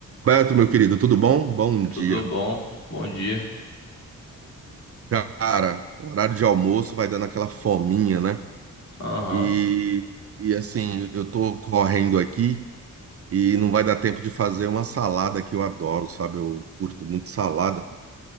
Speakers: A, on the right; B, on the left.
A: Beto, meu querido, tudo bom? Bom dia.
B: Tudo bom? Bom dia.
A: Cara, horário de almoço vai dando aquela fominha, né?
B: Aham.
A: E, e assim, eu tô correndo aqui e não vai dar tempo de fazer uma salada que eu adoro, sabe? Eu curto muito salada.